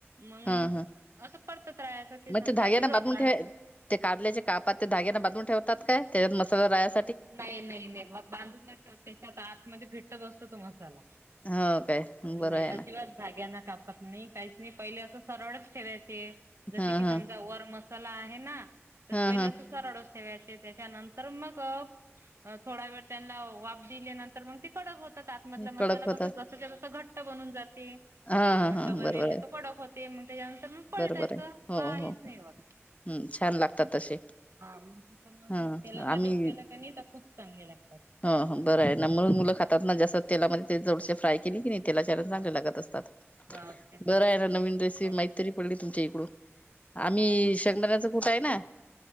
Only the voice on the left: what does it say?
हा हा
मग
धाग्याना
बांधून
ठेवा ते काल्याचे कापात ते धग्याना बधून ठेवतात काय त्याच्यात मसाला रास.
हो काय
बरं आहे ना
हा
हा
हा
हा
कडक होतात
हा हा
हा
बरोबर आहे
बरोबर आहे हो
हो
हम्म छान लागतात तसे
हा
आम्ही
हो बरं आहे ना मून मुलं खातात ना जास्त तेलामध्ये ते जड फ्राय केली की नाही. तेला च चांगले
लागत असतात.
बर आहे
ना
नवीन रेसपी
माहीत तरी पडली तुमच्या इकडून आम्ही शंगदाण्याच आहे ना